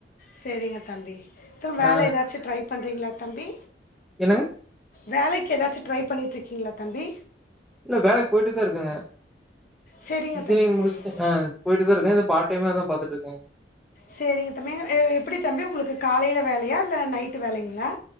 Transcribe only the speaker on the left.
சேரிங்க தம்பி திரு வேல
எதாச்சு ட்ரை பண்றீங்களா தம்பி
வேலைக்கு எதாச்சு ட்ரை பண்ணீட்ருக்கீங்களா தம்பி
சரிங்க
தம்பி சரிங்க
சேரிங்க தம்பி எ எப்டி தம்பி உங்களுக்கு காலைல வேலயா இல்ல நைட்டு வேலைங்களா